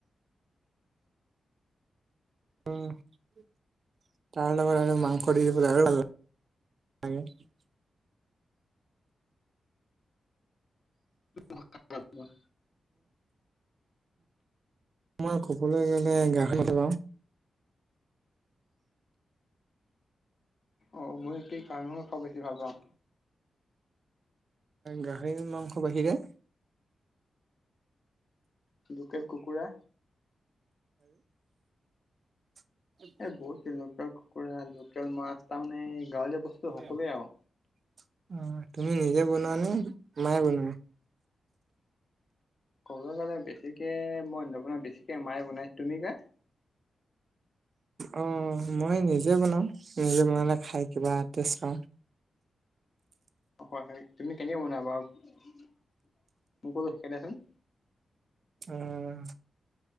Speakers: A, on the right; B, on the left.
A: উম' তাৰ লগত আৰু মাংস দিলে আৰু ভাল লা <unintelligible>
B: কোৱা?
A: মই সকলোৱে গলে <inaudible>
B: অ', মই এই কাৰণতে খাব বেছি ভাল পাওঁ।
A: গাহৰি মাংস বাহিৰে।
B: লোকেল কুকুৰা।
A: <inaudible> আৰু
B: এই বহুত লোকেল কুকুৰা লোকেল মাছ তাৰমানে গাঁৱলীয়া বস্তু সকলোৱে
A: অ',
B: আৰু
A: তুমি নিজে বনোৱানে মায়ে বনাই?
B: ক'বলৈ গ'লে, বেছিকে মই নবনাই, বেছিকে মায়ে বনাইছ তুমি কা।
A: অ', মই নিজে বনাও নিজে বনালে খাই কিবা টেষ্ট লওঁ।
B: হয়, হয় তুমি কেনেকৈ বনোৱা বাৰু মোকো অলপ শিকাই দিয়াচোন।
A: উ'ম।